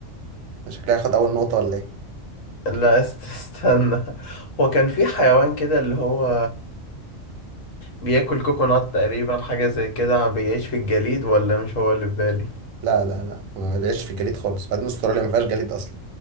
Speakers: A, on the right; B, on the left.
A: ده شكلها هياخد اول نقطه ولا ايه
B: لا است- استنى هو كان في حيوان كده اللي هو بياكل كوكونات تقريبا حاجة زي كده بيعيش في الجليد ولا مش هو اللي في بالي
A: لا لا لا ما بيعيش في الجليد خالص بعدين استراليا ما فيهاش جليد اصلا